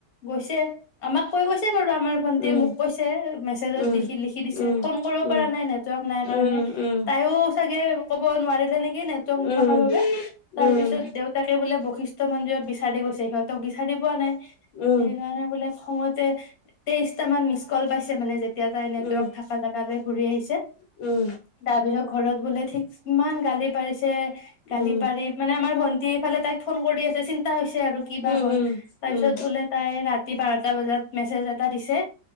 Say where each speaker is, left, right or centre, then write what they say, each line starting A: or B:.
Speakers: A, on the left (about 55°); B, on the left (about 85°).
A: গৈছে আমাক কৈ গৈছে বাৰু আমাৰ ভন্টিয়ে
B: উম,
A: মোক কৈছে মেছেজত
B: উম,
A: দিখি লিখি দিছে
B: উম,
A: ফোন কৰিব
B: উম,
A: পৰা নাই নেটৱৰ্ক নাই
B: উম,
A: কাৰণে তাইও চাগে অহ নোৱাৰিলে নেকি নেটৱৰ্ক নথকাৰ
B: উম,
A: বাবে তাৰপিছত
B: উম,
A: তে, দেউতাকে বোলে ব। কৃষ্ণ মন্দিৰত বিচাৰি গৈছে, সিহঁতক বিচাৰি পোৱা নাই।
B: উম,
A: সেইকাৰণে
B: উম,
A: বোলে খঙতে তেইশটা মান মিচ কল পাইছে মানে যেতিয়া এতিয়া তাই নেটৱৰ্ক
B: উম
A: থকা জেগালৈ ঘূৰি আহিছে।
B: উম উম
A: তাৰ পিছত ঘৰত বোলে ঠিক ইমান গালি পাৰিছে, গালি
B: উম
A: পাৰি মানে আমাৰ। ভণ্টি এইফালে তাইক ফোন কৰি আছে চিন্তা হৈছে আৰু কিবা
B: উম
A: হ'ল,
B: উম
A: তাৰ
B: উম
A: পিছত বোলে তাই ৰাতি বাৰটা বজাত মেছেজ এটা দিছে